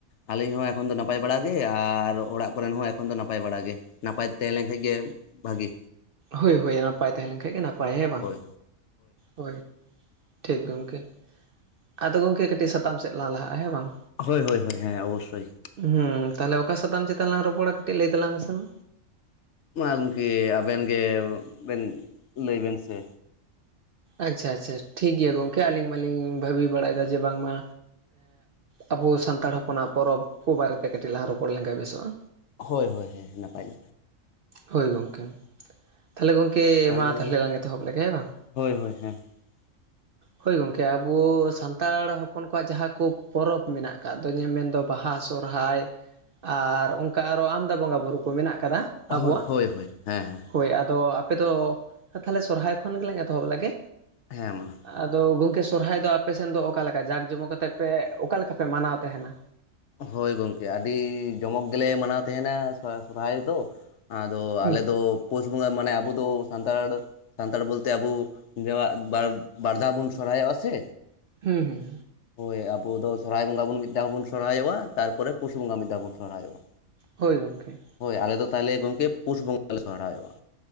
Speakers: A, on the left; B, on the right.
A: ᱟᱹᱞᱤᱧ ᱦᱚᱸ ᱮᱠᱷᱚᱱ ᱫᱚ ᱱᱟᱯᱟᱭ ᱵᱟᱲᱟᱜᱟᱜᱮ ᱟᱨ ᱚᱲᱟᱜ ᱠᱚᱨᱮᱱ ᱦᱚᱸ ᱮᱠᱷᱚᱱ ᱫᱚ ᱱᱟᱯᱟᱭ ᱵᱟᱲᱟᱜᱮ ᱱᱟᱯᱟᱭ ᱛᱟᱦᱮᱸ ᱞᱮᱱᱠᱟᱡ ᱜᱮ ᱵᱷᱟᱜᱤ
B: ᱦᱳᱭ ᱦᱳᱭ ᱱᱟᱯᱟᱭ ᱛᱟᱦᱮᱸ ᱞᱮᱱᱠᱷᱟᱡ ᱜᱮ ᱱᱟᱯᱟᱭ ᱦᱮᱸ ᱵᱟᱝ
A: ᱦᱳᱭ
B: ᱦᱳᱭ ᱴᱷᱤᱠ ᱜᱚᱝᱠᱮ ᱟᱫᱚ ᱜᱚᱝᱠᱮ ᱠᱟᱹᱴᱤᱡ ᱥᱟᱛᱟᱢ ᱥᱮᱫ ᱞᱟᱝ ᱞᱟᱦᱟᱜᱼᱟ ᱦᱮᱸ ᱵᱟᱝ
A: ᱦᱳᱭ ᱦᱳᱭ ᱦᱳᱭ ᱦᱮᱸ ᱚᱵᱚᱥᱥᱳᱭ
B: ᱦᱮᱸ ᱛᱟᱦᱞᱮ ᱚᱠᱟ ᱥᱟᱛᱟᱢ ᱪᱮᱛᱟᱱ ᱞᱟᱝ ᱨᱚᱯᱚᱲᱟ ᱠᱟᱹᱴᱤᱡ ᱞᱟᱹᱭ ᱛᱟᱞᱟᱝ ᱢᱮᱥᱮ ᱢᱟ
A: ᱢᱟ ᱜᱚᱢᱠᱮ ᱟᱵᱮᱱ ᱜᱮ ᱵᱮᱱ ᱞᱟᱹᱭ ᱵᱮᱱ ᱥᱮ
B: ᱟᱪᱪᱷᱟ ᱟᱪᱪᱷᱟ ᱴᱷᱤᱠᱜᱮᱭᱟ ᱜᱚᱝᱠᱮ ᱟᱞᱤᱧ ᱢᱟᱞᱤᱧ ᱵᱷᱟᱹᱵᱤ ᱵᱟᱲᱟᱭᱮᱫᱟ ᱡᱮ ᱵᱟᱝᱢᱟ ᱮᱻᱟᱵᱳ ᱥᱟᱱᱛᱟᱲ ᱦᱚᱯᱚᱱᱟᱜ ᱯᱚᱨᱚᱵᱽ ᱠᱚ ᱵᱟᱨᱮᱛᱮ ᱠᱟᱹᱴᱤᱡ ᱞᱟᱦᱟ ᱨᱚᱯᱚᱲ ᱞᱮᱱᱠᱷᱟᱱ ᱵᱮᱥᱚᱜᱼᱟ
A: ᱦᱳᱭ ᱦᱳᱭ ᱱᱟᱯᱟᱭ
B: ᱦᱳᱭ ᱜᱚᱢᱠᱮ ᱛᱟᱦᱞᱮ ᱜᱚᱢᱠᱮ
A: ᱛᱟᱦᱚᱞᱮ
B: ᱢᱟ ᱛᱟᱦᱞᱮ ᱞᱟᱝ ᱮᱛᱚᱦᱚᱵ ᱞᱮᱜᱮ ᱦᱮᱸ ᱵᱟᱝ
A: ᱦᱳᱭ ᱦᱳᱭ <unintelligible>
B: ᱦᱳᱭ ᱜᱚᱢᱠᱮ ᱟᱵᱚ ᱥᱟᱱᱛᱟᱲ ᱦᱚᱯᱚᱱ ᱠᱚᱣᱟᱜ ᱡᱟᱦᱟᱸ ᱠᱚ ᱯᱚᱨᱚᱵᱽ ᱢᱮᱱᱟᱜ ᱟᱠᱟᱫ ᱫᱚ ᱡᱮ ᱢᱮᱱᱫᱚ ᱵᱟᱦᱟ ᱥᱚᱦᱚᱨᱟᱭ ᱟᱨ ᱚᱱᱠᱟ ᱟᱨᱚ ᱟᱢᱫᱟ ᱵᱚᱸᱜᱟ ᱵᱩᱨᱩ ᱠᱚ ᱢᱮᱱᱟᱜ ᱟᱠᱟᱫᱟ ᱟᱵᱚᱣᱟᱜ
A: ᱦᱳᱭ ᱦᱳᱭ ᱦᱮᱸ ᱦᱮᱸ
B: ᱦᱳᱭ ᱟᱫᱚ ᱟᱯᱮᱫᱚ ᱛᱟᱦᱚᱞᱮ ᱥᱚᱨᱦᱟᱭ ᱠᱷᱚᱱ ᱜᱮᱞᱟᱝ ᱮᱛᱚᱦᱚᱵ ᱞᱮᱜᱮ
A: ᱦᱮᱸ ᱢᱟ
B: ᱟᱫᱚ ᱜᱚᱢᱠᱮ ᱥᱚᱨᱦᱟᱭ ᱫᱚ ᱟᱯᱮ ᱥᱮᱱ ᱫᱚ ᱚᱠᱟᱞᱮ ᱞᱮᱠᱟ ᱡᱟᱠ ᱡᱚᱢᱚ ᱠᱟᱛᱮᱫ ᱯᱮ ᱚᱠᱟ ᱞᱮᱠᱟ ᱯᱮ ᱢᱟᱱᱟᱣ ᱛᱟᱦᱮᱱᱟ
A: ᱦᱳᱭ ᱜᱚᱝᱠᱮ ᱟᱹᱰᱤ ᱡᱚᱢᱚᱠ ᱜᱮᱞᱮ ᱢᱟᱱᱟᱣ ᱛᱟᱦᱮᱱᱟ ᱥᱚᱨᱚᱦᱟᱭ ᱫᱚ ᱟᱫᱚ
B: ᱦᱩᱸ
A: ᱟᱞᱮᱫᱚ ᱯᱩᱥ ᱵᱚᱸᱜᱟ ᱢᱟᱱᱮ ᱟᱵᱚ ᱫᱚ ᱥᱟᱱᱛᱟᱲ ᱥᱟᱱᱛᱟᱲ ᱵᱚᱞᱛᱮ ᱟᱵᱚ ᱡᱚᱣᱟᱜ ᱵᱟᱨ ᱫᱷᱟᱣ ᱵᱚᱱ ᱥᱚᱨᱦᱟᱭᱚᱜᱼᱟ ᱥᱮ
B: ᱦᱩᱸ ᱦᱩᱸᱸ
A: ᱦᱳᱭ ᱟᱵᱚᱫᱚ ᱥᱚᱨᱦᱟᱭ ᱵᱚᱸᱜᱟ ᱵᱚᱱ ᱢᱤᱫ ᱫᱷᱟᱣ ᱵᱚᱱ ᱥᱚᱨᱚᱨᱟᱭᱚᱜᱼᱟ ᱛᱟᱨᱯᱚᱨᱮ ᱯᱩᱥ ᱵᱚᱸᱜᱟ ᱢᱤᱫ ᱫᱷᱟᱣ ᱵᱚᱱ ᱥᱚᱦᱚᱨᱟᱭᱚᱜᱼᱟ
B: ᱦᱳᱭ ᱜᱚᱢᱠᱮ
A: ᱦᱳᱭ ᱟᱞᱮ ᱫᱚ ᱛᱟᱦᱚᱞᱮ ᱜᱚᱝᱠᱮ ᱯᱩᱥ ᱵᱚᱸᱜᱟ ᱞᱮ ᱥᱚᱦᱚᱨᱟᱭᱚᱜᱼᱟ